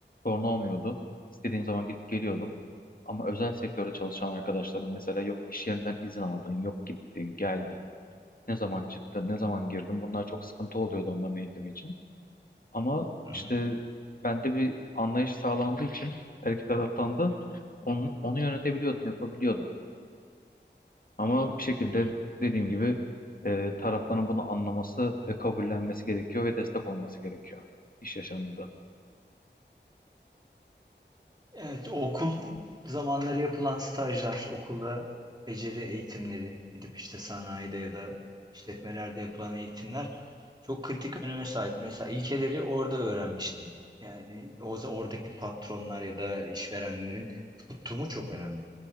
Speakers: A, on the left (about 50°); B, on the right (about 20°).
A: sorun olmuyordu. İstediğim zaman gidip geliyordum. Ama özel sektörde çalışan arkadaşlarım mesela yok iş yerinden izin aldın, yok gittin, geldin, ne zaman çıktın, ne zaman girdin. Bunlar çok sıkıntı oluyordu onların eğitimi için. Ama
B: Hı hı.
A: işte bende bir anlayış sağlandığı için her iki taraftan da onu, onu yönetebiliyordum, yapabiliyordum. Ama bir şekilde dediğim gibi e, tarafların bunu anlaması ve kabullenmesi gerekiyor ve destek olması gerekiyor iş yaşamında.
B: Evet, okul zamanları yapılan stajlar, okulda beceri eğitimleri, gidip işte sanayide ya da işletmelerde yapılan eğitimler çok kritik öneme sahip. Mesela ilkeleri orada öğrenmiştim. Yani o oradaki patronlar ya da işverenlerin tutumu çok önemli.